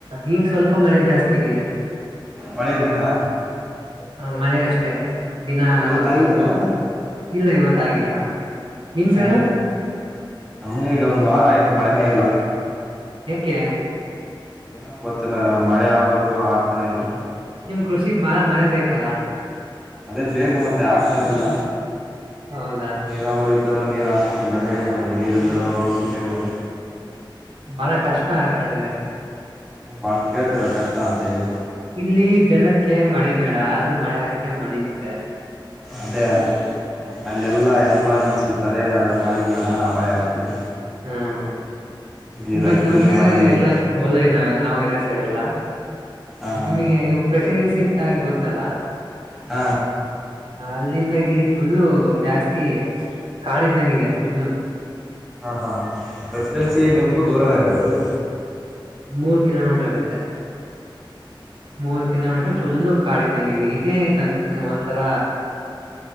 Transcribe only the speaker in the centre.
ಮಳೆ ಇದನಾ
ಇವತ್ತ ಆಗಿದ್ದಾನ
ಎಲ್ಲ
ಹಾ
ಹಾ ನಮ್ಗೆ ಈಗ ಒಂದ್ ವಾರ ಆಯ್ತು ಮಳೆನೆೇ ಎಲ್ಲ
ಏನೋ ಗೊತ್ತಿಲ್ಲ ಮಳೆ ಆಬೇಕು ಆಗ್ತಾನೆ ಎಲ್ಲ
ಅದೇ ಬೇಕು ಮತ್ತೆ ಆಗ್ತಾನೆ ಎಲ್ಲ
ನೀರಾವರ ಇದಾರ ನೀರು ಹಾಸ್ಕೊಂತಿದ್ದಾರೆ ನೀರು ಇಲ್ದಾರ ಸುಮ್ಮ ಇದಾರೆ
ಬಾಿ ಕೇಳ್ತರ ಕಷ್ಟ ಅಂತ ಹೇಳಿ
ಅದೇ ಅಲ್ಲ ಎಲ್ಲಾ ಎಂಪ್ಲಾಯ್ಮೆಂಟ್ಸ್ ಇತಾರೆ ಅದು ಮನೆ ಬೇಡ ಮಳೆ ಆಗ್ತದೆ
ಇಲ್ಲಿ
ರೈತರಿಗೆ
ಮಳೆ ಬೇಕು
ಹಾ ಹಾ
ಹ
ಹಾ ಹಾ ಹಾ ಪ್ರೆಸಿಡೆನ್ಸಿ ನಿಮ್ಕೂ ದೂರನೇ ಇದು